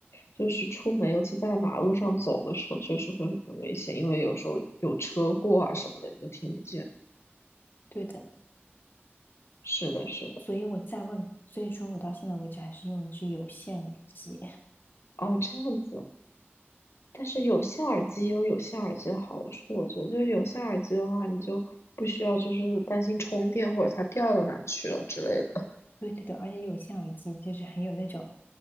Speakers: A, on the left; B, on the left.
A: 就是出门，尤其在马路上走的时候，确实会很危险，因为有时候有车过啊什么的，你就听不见。
B: 对的，
A: 是的，是的。
B: 所以我在外，所以说我到现在为止还是用的是有线耳机。<laughs>
A: 哦，这样子。但是有线耳机也有有线耳机的好处，我觉得就是有线耳机的话，你就不需要就是担心充电或者它掉到哪去了之类的。
B: 对对对，而且有线耳机就是很有那种，